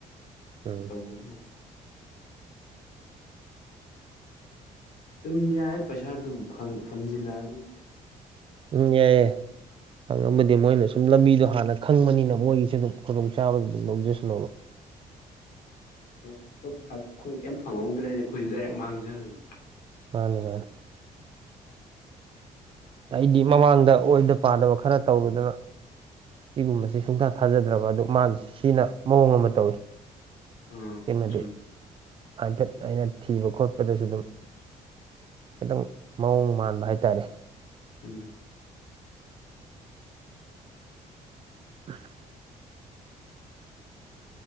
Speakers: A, on the right; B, on the left.
A: ꯎꯝ
B: <unintelligible> ꯑꯗꯨꯝ ꯌꯥꯏ ꯄꯩꯁꯥ ꯑꯗꯨꯝ ꯍꯟꯖꯤꯜꯂꯛꯑ
A: ꯎꯝ ꯌꯥꯏꯑꯦ ꯑꯗꯨ ꯑꯃꯗꯤ ꯃꯣꯏꯅ ꯁꯨꯝ ꯂꯝꯕꯤꯗꯣ ꯍꯥꯟꯅ ꯈꯪꯕꯅꯤꯅ ꯃꯣꯏꯒꯤꯁꯨ ꯑꯗꯨꯝ ꯈꯨꯗꯣꯡꯆꯥꯕꯗꯨ ꯑꯗꯨꯝ ꯂꯧꯖꯁꯨꯅꯕ <inaudible>
B: <unintelligible> ꯑꯩꯈꯣꯏ ꯀꯩꯝ ꯐꯪꯍꯧꯗ꯭ꯔꯦꯗꯤ ꯑꯩꯈꯣꯏꯁꯨ ꯗꯥꯏꯔꯦꯛ ꯃꯥꯡꯖꯕꯤꯅꯤ
A: ꯃꯥꯅꯤ ꯃꯥꯅꯤ ꯑꯩꯗꯤ ꯃꯃꯥꯡꯗ ꯑꯣꯏꯗ ꯄꯥꯗꯕ ꯈꯔ ꯇꯧꯔꯨꯗꯅ ꯁꯤꯒꯨꯝꯕꯁꯦ ꯁꯨꯡꯊꯥ ꯊꯥꯖꯗ꯭ꯔꯕ ꯑꯗꯨ ꯃꯥꯒꯤꯁꯤ ꯁꯤꯅ ꯃꯑꯣꯡ ꯑꯃ ꯇꯧꯏꯤ
B: ꯑꯥ
A: ꯀꯩꯅꯣꯗꯤ
B: ꯆꯨꯝ
A: ꯍꯥꯏꯐꯦꯠ ꯑꯩꯅ ꯊꯤꯕ ꯈꯣꯠꯄꯗꯁꯨ ꯑꯗꯨꯝ ꯑꯗꯨꯝ ꯃꯑꯣꯡ ꯃꯥꯟꯕ ꯍꯥꯏꯇꯥꯔꯦ
B: ꯎꯝ
A: <unintelligible>